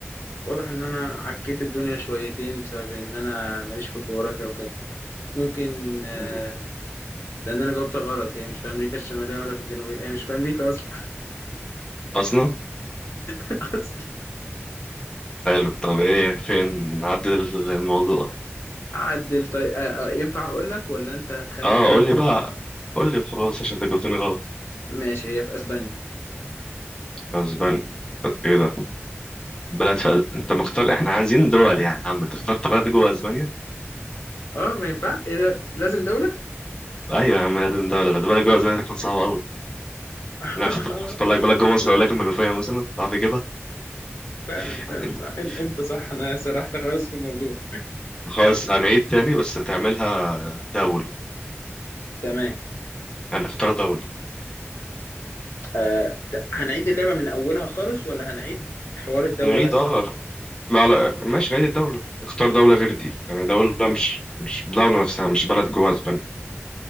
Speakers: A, on the left (about 65°); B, on the left (about 15°).
A: واضح ان انا عكيت الدنيا شويتين بسبب ان انا ماليش في الجغرافيا وكده ممكن آه،
B: مم.
A: لان انا جاوبتها غلط هي مش في امريكا الشماليه ولا في الجنوبيه هي مش في امريكا اصلا
B: أصلا
A: <laughs> اصلا
B: حلو طب ايه فين نعدل الموضوع
A: عدل طيب آه، آه، ينفع اقول لك ولا انت هتخمن
B: اه
A: تاني
B: قول لي بقى قول لي وخلاص عشان انت جاوبتني غلط
A: ماشي هي في اسبانيا
B: اسبانيا ايه ده بلد في... أز... انت مختار احنا عايزين دول يا عم انت اخترت بلد جوه اسبانيا
A: اه ما ينفع ايه ده لازم دوله
B: ايوه يا عم لازم ده ولا ده بلد جوه زمان تكون صعبه قوي
A: <laughs>
B: انا أخت- اختار لك بلد جوه مصر اقول لك المنوفيه مثلا تعرف تجيبها
A: فعلا
B: <laughs>
A: فعلا صح إن- انت صح انا سرحت خالص في الموضوع
B: خلاص هنعيد تاني بس تعملها دوله
A: تمام
B: يعني اختار دوله
A: آه، ده- هنعيد اللعبة من أولها خالص ولا هنعيد حوار الدولة
B: نعيد
A: بس؟
B: اه لا لا ماشي نعيد الدوله اختار دوله غير دي يعني دوله مش مش دوله نفسها مش بلد جوه اسبانيا